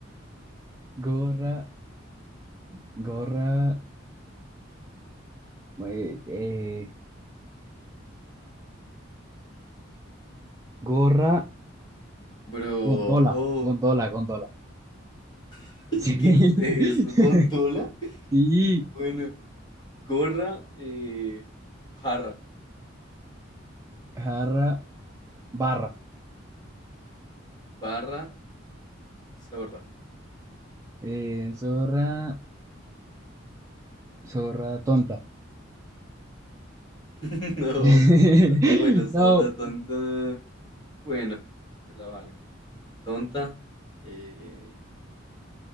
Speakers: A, on the right; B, on the left.
A: gorra, gorra. eh, eh, gorra,
B: bro.
A: gondola, gondola, gondola.
B: <laughs>
A: Sí.
B: ¿Qué
A: <laughs>
B: es eso? ¿Gondola?
A: Sí.
B: Bueno, gorra, eh, jarra,
A: Jarra, barra.
B: barra, zorra.
A: Eh, zorra, zorra tonta.
B: <laughs> No,
A: <laughs>
B: zorra, bueno, zorra,
A: No,
B: tonta. Bueno, te la valgo. Tonta, eh,